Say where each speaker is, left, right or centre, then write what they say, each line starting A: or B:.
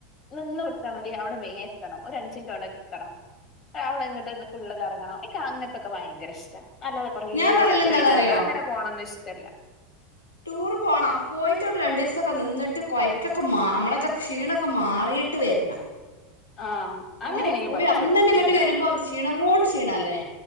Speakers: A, on the left; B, on the left.
A: നിന്ന് കൊടുത്താ മതി അവിടെ മെയ് നായെത്തണം ഒരു അഞ്ച് മിൻറ്റോ ണ്ടൊക്കെ എത്തണം. അവടെ ങ്ങട്ട് ഫുള്ള് കറങ്ങണം ൻക്ക് അങ്ങനത്തൊക്കെ ഭയങ്കര ഇഷ്ട- അല്ലാതെ കൊറേ
B: ഞാൻ
A: യാത്ര
B: പറയല് എന്താന്നറിയോ
A: ചെയ്താണ്ട് അങ്ങനെ പോണൊന്നും ഇഷ്ടല്ല.
B: ടൂർ പോണം പോയിട്ട വിടെ രണ്ടീസൊക്കെ നിന്നിട്ട്. ട്ട് കൊയ്ക്കൊക്കെ മാ നമ്മളത ക്ഷീണൊക്കെ മാറിട്ട് വെര്ണം.
A: ആഹ് അങ്ങനെയാണെങ്കി
B: അല്ലാതെ പോയി
A: പറ്റും
B: അന്ന് തന്നെ ങ്ങട്ട്
A: ഉം
B: വെരുമ്പോ ക്ഷീണങ്ങങ്ങോണ്ട് ക്ഷീണല്ലേ